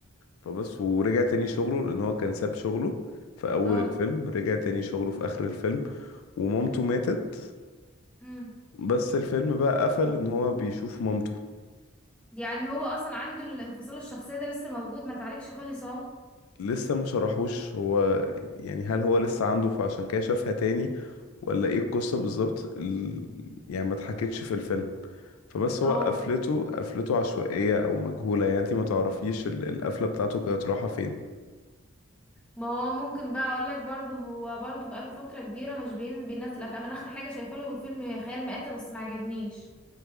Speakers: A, on the left; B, in the centre.
A: فبس ورجع تاني شغله لان هو كان ساب شغله في اول
B: اه
A: الفيلم رجع تاني شغله في اخر الفيلم ومامته ماتت
B: امم
A: بس الفيلم بقى قفل ان هو بيشوف مامته
B: يعني هو اصلا عنده الانفصال الشخصية ده لسه موجود ما تعليقش خالص اهو
A: لسه ما شرحوش هو يعني هل هو لسه عنده فعشان كده شافها تاني ولا ايه القصة بالظبط ال- يعني ما اتحكتش في الفيلم فبس
B: اه
A: هو قفلته قفلته عشوائية او مجهولة يعني انت ما تعرفيش ال- القفلة بتاعته كانت رايحة فين
B: ما هو ممكن بقى اقول لك برضو هو برضو بقاله فترة كبيرة مش بين... بينزل افلام انا اخر حاجة شايفه له فيلم خيال مآتة بس ما عجبنيش